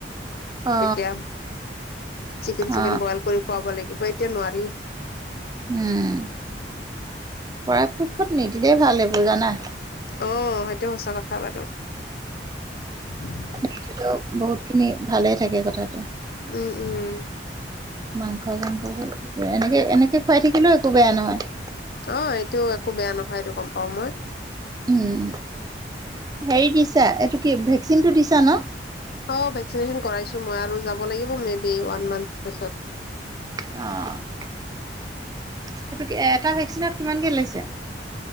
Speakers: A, on the right; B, on the left.
A: অ অ
B: তেতিয়া চিকেন -
A: অ
B: চিকেন বইল কৰি খুৱাব লাগিব এতিয়া নোৱাৰি।
A: উম পৰাপক্ষত নিদিলেই ভাল হেইবোৰ জানা।
B: অহ ' সেইটো সচা কথা বাৰু। উম।
A: নিদিলেও বহুত খিনি ভালে থাকে কথাত।
B: উম - উম।
A: মাংস চাংসোৰ এনেকে এনেকে খুৱাই থাকিলেও একো বেয়া নহয়।
B: অহ ' এইটো একো বেয়া নহয় এইটো গম পাও মই।
A: উম, হেৰি দিছা এইটো। কি ভেকচিনটো দিছা ন।
B: অহ ' ভেকিচিনেচন কৰাইছো মই আৰু যাব লাগিব মে বি ৱান মান্থ পিছত।
A: অহ ', সেইটো এটা ভেকচিনত কিমানকে লৈছে।